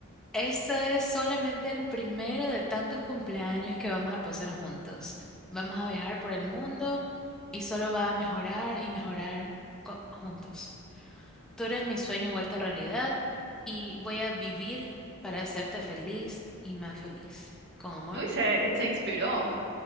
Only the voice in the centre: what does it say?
Este es solamente el primero de tantos cumpleaños que vamos a pasar juntos. Vamos a viajar por el mundo y solo va a mejorar y mejorar co- juntos. Tú eres mi sueño vuelto realidad y voy a vivir para hacerte feliz y más feliz. Con amor.